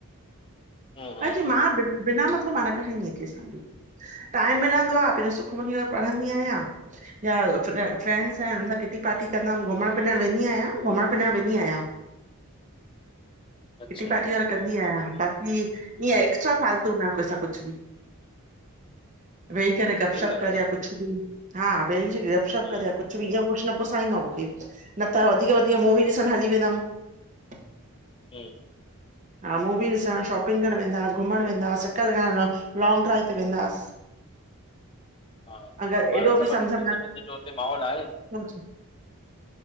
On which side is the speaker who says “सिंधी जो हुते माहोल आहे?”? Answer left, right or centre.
Left